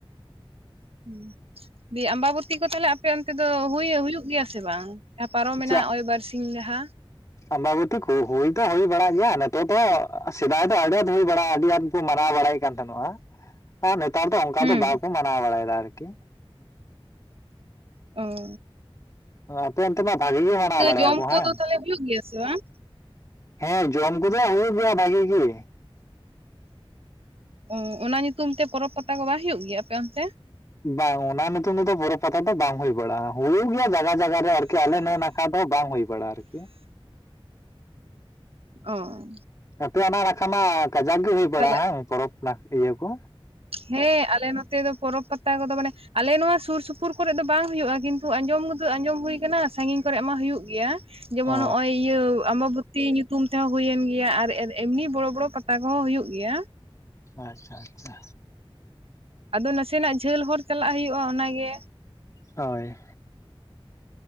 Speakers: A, on the right; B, on the left.
A: ᱦᱩᱸ ᱫᱤᱭᱮ ᱟᱢᱵᱟᱵᱚᱛᱤ ᱠᱚ ᱛᱟᱦᱚᱞᱮ ᱟᱯᱮ ᱚᱱᱛᱮ ᱫᱚ ᱦᱩᱭ ᱦᱩᱭᱩᱜ ᱜᱮᱭᱟ ᱥᱮ ᱵᱟᱝ ᱡᱟᱦᱟᱸ ᱯᱟᱨᱚᱢ ᱮᱱᱟ
B: ᱪᱮᱫ
A: ᱱᱚᱜ-ᱚᱭ ᱵᱟᱨᱥᱤᱧ ᱞᱟᱦᱟ
B: ᱟᱢᱵᱟᱵᱚᱛᱤ ᱠᱚ ᱦᱩᱭ ᱫᱚ ᱦᱩᱭ ᱵᱟᱲᱟᱜ ᱜᱮᱭᱟ ᱱᱤᱛᱚᱜ ᱫᱚ ᱥᱮᱫᱟᱭ ᱫᱚ ᱟᱹᱰᱤ ᱟᱸᱴ ᱦᱩᱭ ᱵᱟᱲᱟᱜᱼᱟ ᱟᱹᱰᱤ ᱟᱸᱴ ᱠᱩ ᱢᱟᱱᱟᱣ ᱵᱟᱲᱟᱭ ᱮᱫ ᱠᱟᱱ ᱛᱟᱦᱮᱱᱚᱜ-ᱟ
A: <inaudible>
B: ᱚ ᱱᱮᱛᱟᱨ ᱫᱚ ᱚᱱᱠᱟ
A: ᱦᱩᱸ
B: ᱫᱚ ᱵᱟᱠᱚ ᱢᱟᱱᱟᱣ ᱵᱟᱲᱟᱭ ᱫᱟ ᱟᱨᱠᱤ
A: ᱟᱹ
B: ᱟᱯᱮ ᱚᱱᱛᱮ ᱢᱟ ᱵᱷᱟᱜᱤ ᱜᱮ ᱵᱟᱲᱟᱭᱟ
A: ᱡᱚᱢ
B: ᱠᱚ
A: ᱠᱚᱫᱚ
B: ᱦᱟᱠ
A: ᱛᱟᱦᱚᱞᱮ ᱦᱩᱭᱩᱜ ᱜᱮᱭᱟ ᱥᱮ ᱵᱟᱝ?
B: ᱦᱮᱸ ᱡᱚᱢ ᱠᱚᱫᱚ ᱦᱩᱭᱩᱜ ᱜᱮᱭᱟ ᱵᱷᱟᱜᱤ ᱜᱤ
A: ᱚ ᱚᱱᱟ ᱧᱩᱛᱩᱢ ᱛᱮ ᱯᱚᱨᱚᱵᱽ ᱯᱟᱛᱟ ᱠᱚ ᱵᱟ ᱦᱳᱭᱳᱜ ᱜᱮᱭᱟ ᱟᱯᱮ ᱚᱱᱛᱮ
B: ᱵᱟᱝ ᱚᱱᱟ ᱱᱩᱛᱩᱢ ᱛᱮᱫᱚ ᱵᱚᱨᱚ ᱯᱟᱛᱟ ᱫᱚ ᱵᱟᱝ ᱦᱩᱭ ᱵᱟᱲᱟᱜᱼᱟ ᱦᱩᱲᱩ ᱜᱮᱭᱟ ᱡᱟᱜᱟ ᱡᱟᱜᱟ ᱨᱮ ᱟᱨᱠᱤ ᱟᱞᱮ ᱱᱟᱹᱱᱟᱠᱟᱷᱟ ᱫᱚ ᱵᱟᱝ ᱦᱩᱭ ᱵᱟᱲᱟᱜᱼᱟ ᱟᱨᱠᱤ
A: ᱟᱹ
B: ᱟᱯᱮ ᱚᱱᱟ ᱱᱟᱠᱷᱟ ᱢᱟ ᱠᱟᱡᱟᱠ ᱜᱮ ᱦᱩᱭ ᱵᱟᱲᱟᱜᱼᱟ
A: ᱛᱟᱦᱚᱞᱮ
B: ᱦᱮ ᱵᱟᱝ ᱯᱚᱨᱚᱵᱽ ᱤᱭᱟᱹ ᱠᱚ
A: ᱦᱮᱸ ᱟᱞᱮ ᱱᱚᱛᱮ ᱫᱚ ᱯᱚᱨᱚᱵᱽ ᱯᱟᱛᱟ ᱠᱚᱫᱚ ᱢᱟᱱᱮ ᱟᱞᱮ ᱱᱚᱣᱟ ᱥᱩᱨ ᱥᱩᱯᱩᱨ ᱠᱚᱨᱮ ᱫᱚ ᱵᱟᱝ ᱦᱩᱭᱩᱜᱼᱟ ᱾ ᱠᱤᱱᱛᱩ ᱠᱤᱱᱛᱩ ᱟᱸᱡᱚᱢ ᱫᱚ ᱟᱸᱡᱚᱢ ᱦᱩᱭ ᱟᱠᱟᱱᱟ ᱥᱟᱺᱜᱤᱧ ᱠᱚᱨᱮ ᱢᱟ ᱦᱳᱭᱳᱜ ᱜᱮᱭᱟ ᱡᱮᱢᱚᱱ
B: ᱚ
A: ᱱᱚᱜ-ᱚᱭ ᱤᱭᱟᱹ ᱟᱢᱵᱟᱵᱚ ᱛᱤ ᱧᱩᱛᱩᱢ ᱛᱮᱦᱚᱸ ᱦᱳᱭᱮᱱ ᱜᱮᱭᱟ ᱟᱨ ᱮᱢᱱᱤ ᱵᱚᱲᱚ ᱵᱚᱲᱚ ᱯᱟᱛᱟ ᱠᱚᱦᱚ ᱦᱩᱭᱩᱜ ᱜᱮᱭᱟ
B: ᱟᱪᱪᱷᱟ ᱟᱪᱪᱷᱟ
A: ᱟᱫᱚ ᱱᱟᱥᱮᱱᱟᱜ ᱡᱷᱟᱹᱞ ᱦᱚᱨ ᱪᱟᱞᱟᱜ ᱦᱩᱭᱩᱜᱼᱟ ᱚᱱᱟᱜᱮ
B: ᱦᱳᱭ